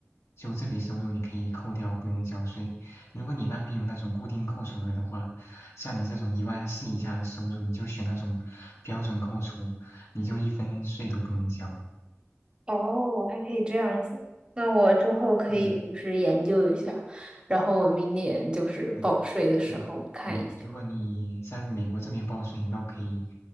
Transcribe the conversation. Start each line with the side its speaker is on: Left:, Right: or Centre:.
Left: 就这笔收入你可以扣掉，不用交税。如果你那边有那种固定扣除额的话，像你这种一万四以下的收入，你就选那种标准扣除，你就一分税都不用交。
Right: 哦，还可以这样子。那我之后可以就是研究一下，
Left: 对的，
Right: 然后我明年就是报税的时候看一下。
Left: 对，嗯，对。如果你在美国这边报税，你倒可以